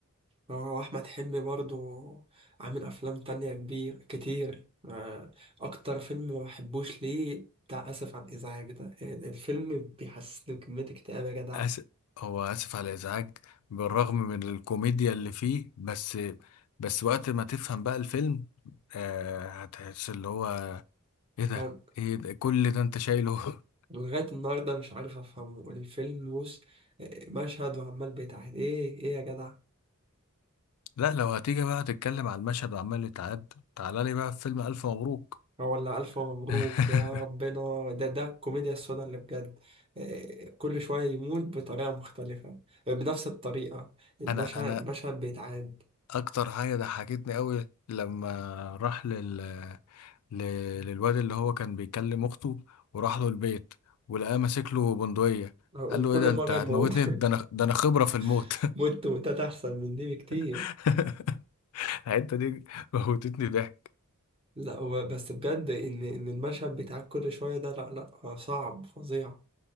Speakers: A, on the right (about 25°); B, on the left (about 80°).
A: اه احمد حلمي برضو عامل افلام تانية كبير كتير آه، اكتر فيلم ما بحبوش ليه بتاع اسف على الازعاج ده الفيلم بيحسسني بكمية اكتئاب يا جدع
B: أس... هو آسف على الإزعاج بالرغم من الكوميديا اللي فيه بس بس وقت ما تفهم بقى الفيلم آه هتحس اللي هو ايه ده
A: أنا
B: ايه ده كل ده انت شايله <laughs>
A: لغاية النهاردة مش عارف افهمه الفيلم بص آه، مشهد وعمال بيتعاد ايه ايه يا جدع
B: لا لو هتيجي بقى تتكلم على المشهد وعمال يتعاد تعالى لي بقى في فيلم ألف مبروك
A: ولا ألف مبروك
B: <laughs>
A: يا ربنا ده ده الكوميديا السوداء اللي بجد إيه، كل شوية يموت بطريقة مختلفة آه، بنفس الطريقة المشهد
B: انا انا
A: المشهد بيتعاد
B: اكتر حاجه ضحكتني قوي لما راح لل... ل... للواد اللي هو كان بيكلم اخته وراح له البيت ولقاه ماسك له بندقيه
A: آه، وكل
B: قال له ايه ده
A: مرة
B: انت هتموتني
A: يموت
B: ده انا ده انا خبره في الموت
A: <laughs> موت موتات أحسن من دي بكتير
B: <laughs> الحته دي موتتني ضحك
A: لا هو بس بجد إن إن المشهد بيتعاد كل شوية ده لا لا آه، صعب فظيع